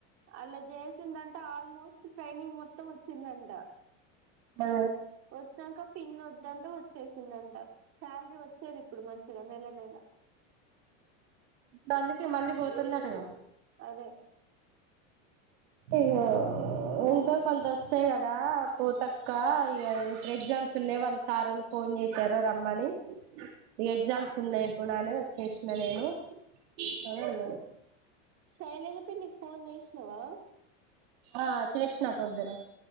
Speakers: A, on the right; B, on the right.
A: అలా జేస్తే. వచ్చిందంటే ఆల్మోస్ట్ ట్రైనింగ్ మొత్తం వచ్చిందట.
B: బా
A: వచ్చాక పిన్ని వద్దంట వచ్చేసిందంట శాలరీ వచ్చేది ఇప్పుడు మంచిగా నెల నెల
B: దందుకే మళ్ళీ పోతుందటగా
A: అదే
B: ఇక ఎంతో కొంత వస్తాయి కదా పోత అక్క ఇక ఇప్పుడు ఎగ్జామ్స్ ఉన్నాయి వాళ్ళు సార్ వాళ్ళు ఫోన్ చేసారు రమ్మని ఇక ఎగ్జామ్స్ ఉన్నాయి ఇప్పుడు అని వచ్చేసిన నేను అని అన్నది
A: శైలేజ పన్ని కి ఫోన్ చేసిన్నవా
B: ఆహా చేసిన పొద్దున్నే